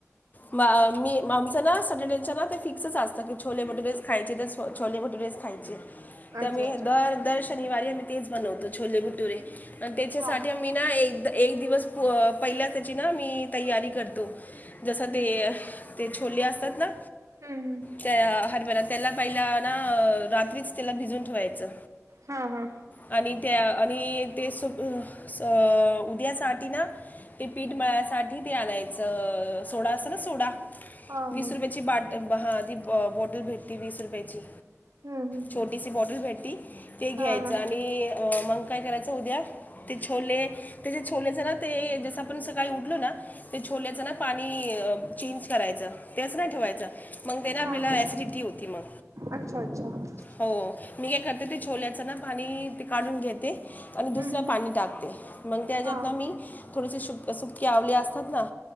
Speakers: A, on the left; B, on the right.
A: मा-मी आमचं ना स्याटरडेच ना ते फिक्सच असतं की छोले, भटुरेचं खायचं. हो छोले-भटुरेच खायचे, त्यामुळे
B: अच्छा अच्छा.
A: दर दर शनिवारी आम्ही तेच बनवतो छोले-भटुरे. पण त्याच्यासाठी
B: हा हा
A: आम्ही ना एक, एक दिवस पहिला त्याची ना मी तयारी करते. जसं ते ते छोले असतात ना,
B: हम्म हम्म.
A: त्या हरभर त्याला पहिला ना रात्रीच त्याला भिजून ठेवायचं.
B: हा हा.
A: आणि त्या आणि ते सप स उद्यासाठी ना ते पीठ मळायसाठी किथ ते आणायचं सोडा अस ना सोडा
B: हा
A: वीस
B: हो.
A: रुपयाची बाट हां ती बॉ ती वीस रुपयाची
B: हम्म हम्म
A: छोटीशी बॉटल भेटती ते घ्यायचं
B: हा हा
A: आणि मग काय करायचं उद्या ते छोले त्याच्या छोल्याचं ना ते जसं आपण सकाळी उठलो ना ते छोलेचं ना पाणी चेंज करायचं ते असं नाही ठेवायचं मग त्यनं आपल्याला
B: हा हा.
A: एसिडीटी होती मग.
B: अच्छा अच्छा हम्म.
A: हो मी हे कर ते छोल्याचं ना पाणी ते काढून घेते आणि दुसरं
B: हम्म.
A: पाणी टाकते. मग त्याच्यातं
B: हा हा.
A: ना मी थोडंसे श सुके आवले असतात ना,